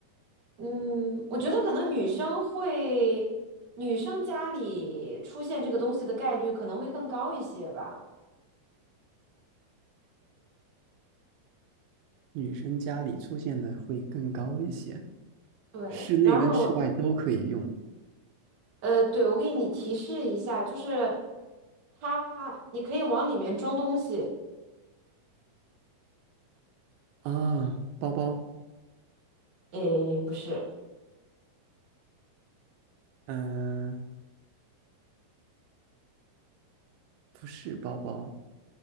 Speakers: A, on the right; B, on the right.
A: 嗯，我觉得可能女生会，女生家里出现这个东西的概率可能会更高一些吧。
B: 女生家里出现的会更高一些，
A: 对，
B: 室内跟室外都可以用
A: 然后呃，对，我给你提示一下，就是它，你可以往里面装东西。
B: 啊。包包，
A: 诶，不是，
B: 嗯、不是包包，